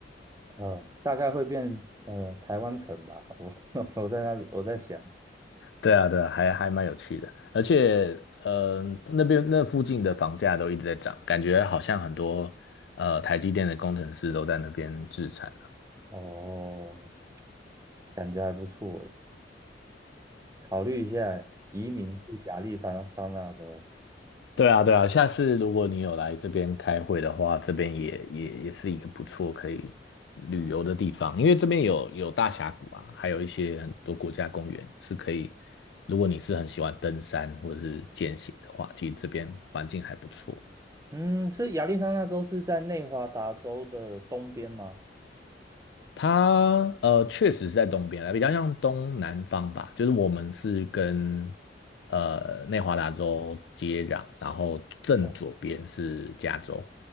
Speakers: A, on the right; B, on the left.
A: 呃，大概会变呃台湾城吧，我 <laughs> 我在那里我在想，
B: 对啊，对啊，还还蛮有趣的，而且，呃，那边那附近的房价都一直在涨，感觉好像很多呃台积电的工程师都在那边置产。
A: 哦，感觉还不错诶，考虑一下移民去亚利桑桑那州，
B: 对啊，对啊，下次如果你有来这边开会的话，这边也也也是一个不错可以旅游的地方，因为这边有有大峡谷啊，还有一些很多国家公园是可以，如果你是很喜欢登山或者是健行的话，其实这边环境还不错。
A: 嗯，所以亚利桑那州是在内华达州的东边吗？
B: 它呃确实是在东边比较像东南方吧，就是我们是跟呃内华达州接壤，然后正左边是加州。
A: 哦，